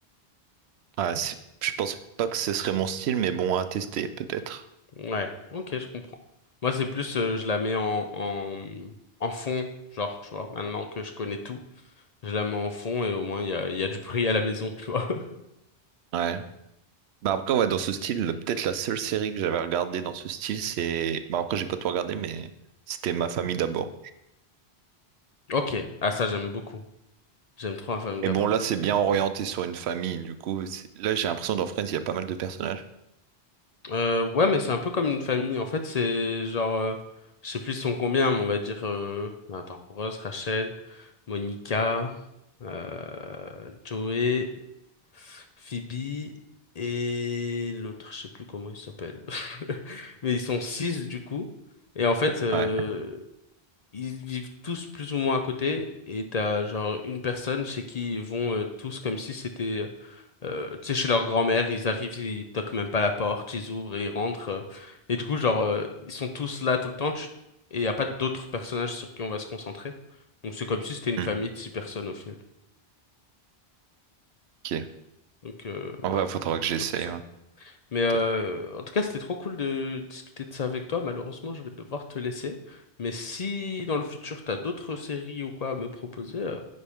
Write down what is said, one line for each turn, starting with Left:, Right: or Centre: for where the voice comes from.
Right: Ouais, c'est- je pense pas que ce serait mon style, mais bon, à tester peut-être.
Left: Ouais, ok, je comprends. Moi, c'est plus, euh, je la mets en, en, en fond, genre, tu vois, maintenant que je connais tout, je la mets en fond et au moins, il y a, il y a du bruit à la maison, tu vois. <laughs>
Right: Ouais. Bah après, ouais, dans ce style, peut-être la seule série que j'avais regardée dans ce style, c'est... Bah après, j'ai pas tout regardé, mais c'était Ma famille d'abord.
Left: Ok, ah ça, j'aime beaucoup. J'aime trop la famille
Right: Et
Left: d'abord.
Right: bon, là, c'est bien orienté sur une famille. Du coup, c'est- là, j'ai l'impression dans Friends, il y a pas mal de personnages.
Left: Euh, ouais, mais c'est un peu comme une famille. En fait, c'est genre, euh, je sais plus ils sont combien, mais on va dire, euh, attends, Rose, Rachel, Monica, euh, Joey Phoebe et l'autre, je sais plus comment il s'appelle. <laughs> Mais ils sont six du coup. Et en fait, euh,
Right: Ouais.
Left: ils vivent tous plus ou moins à côté. Et t'as genre une personne chez qui ils vont euh, tous comme si c'était, euh, tu sais, chez leur grand-mère. Ils arrivent, ils toquent même pas la porte, ils ouvrent et ils rentrent. euh. et du coup, genre, euh, ils sont tous là tout le temps. tu- Et il n'y a pas d'autres personnages sur qui on va se concentrer. Donc c'est comme si c'était une
Right: Hmm.
Left: famille de six personnes au final.
Right: Ok.
Left: Donc euh,
Right: En
Left: voilà,
Right: vrai, faudra que j'essaye.
Left: je le conseille.
Right: ouais.
Left: Mais euh,
Right: Peut-être.
Left: en tout cas, c'était trop cool de discuter de ça avec toi. Malheureusement, je vais devoir te laisser. Mais si dans le futur, t'as d'autres séries ou quoi à me proposer, euh,